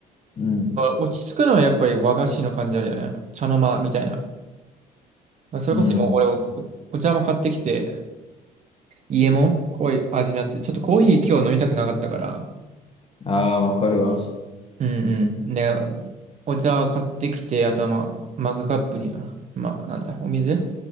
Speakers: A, on the left; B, on the right.
A: うん。
B: 落ち着くのはやっぱり和菓子の感じあるよね。茶の間みたいな。それこそ今俺お、
A: うん。
B: おお茶も買ってきて、家も濃い味になって、ちょっとコーヒー今日飲みたくなかったから、
A: ああ、わかるわ。
B: うんうん。で、お茶買ってきて、あとはまあ、マグカップには、まあなんだ、お水